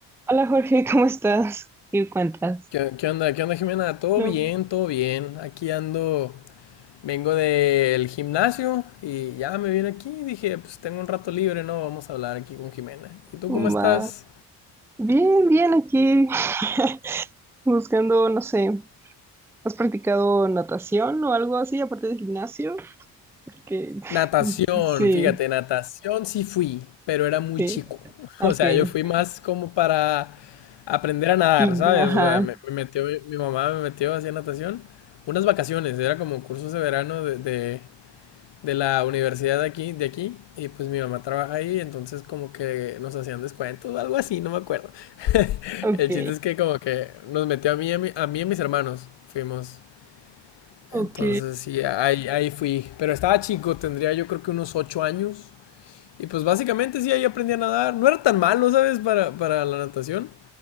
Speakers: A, in the centre; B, on the left (about 60°).
A: Hola Jorge, ¿cómo estás? ¿Qué cuentas?
B: ¿Qué, qué onda? ¿Qué onda, Jimena? Todo
A: No,
B: bien, todo bien. Aquí ando, vengo del gimnasio y ya me vine aquí. Dije, pues tengo un rato libre, ¿no? Vamos a hablar aquí con Jimena. ¿Y tú
A: ma-
B: cómo estás?
A: Bien, bien aquí. <laughs> Buscando, no sé, ¿has practicado natación o algo así aparte del gimnasio? Porque
B: Natación,
A: sí,
B: fíjate, natación sí fui, pero era muy
A: sí,
B: chico. <laughs>
A: ok.
B: O sea, yo fui más como para aprender a nadar,
A: Y,
B: ¿sabes?
A: ajá,
B: O sea, me, me metió, mi mamá me metió hacia natación. Unas vacaciones, era como cursos de verano de, de- de la universidad de aquí, de aquí, y pues mi mamá trabaja ahí, entonces como que nos hacían descuentos, o algo así, no me acuerdo. <laughs>
A: ok,
B: El chiste es que como que nos metió a mí, y a, mi- a mí y a mis hermanos, fuimos.
A: ok.
B: Entonces sí, ahí, ahí fui. Pero estaba chico, tendría yo creo que unos ocho años. Y pues básicamente sí, ahí aprendí a nadar. No era tan malo, ¿sabes? Para, para la natación.